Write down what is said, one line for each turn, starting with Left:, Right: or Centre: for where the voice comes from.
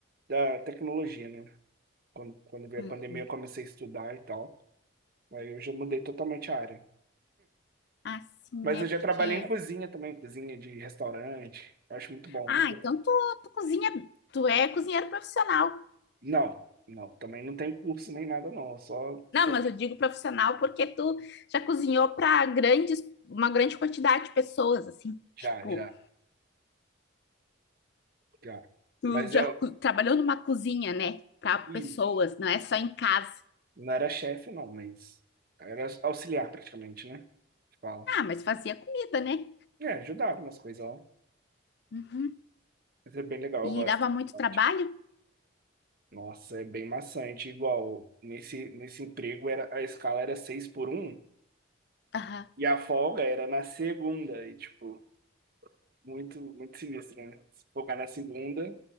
Right: da tecnologia, né? Quando, quando veio
Left: Hum.
Right: a pandemia, eu comecei a estudar e tal. Aí eu já mudei totalmente a área.
Left: Ah, sim,
Right: Mas
Left: né?
Right: eu já
Left: Porque.
Right: trabalhei em cozinha também, cozinha de restaurante. Eu acho muito bom.
Left: Ah,
Right: muito legal.
Left: então tu, tu cozinha. Tu é cozinheiro profissional.
Right: Não, não, também não tem curso nem nada, não. Eu Só, só
Left: Não, mas eu digo profissional porque tu já cozinhou para grandes, uma grande quantidade de pessoas, assim.
Right: já,
Left: Tipo,
Right: já, já.
Left: tu
Right: Mas
Left: já co- trabalhou numa cozinha, né? Para pessoas,
Right: eu.
Left: não é só em casa.
Right: Não era chefe, não, mas era auxiliar praticamente, né? que Fala.
Left: Ah, mas fazia comida, né?
Right: É, ajudava nas coisas lá.
Left: Uhum.
Right: Mas é bem legal,
Left: E
Right: eu gosto.
Left: dava
Right: dessa
Left: muito
Right: parte.
Left: trabalho?
Right: Nossa, é bem maçante. Igual, nesse, nesse emprego era, a escala era seis por um
Left: Aham,
Right: e a folga era na segunda. E, tipo, muito, muito sinistro, né? Se folgar na segunda,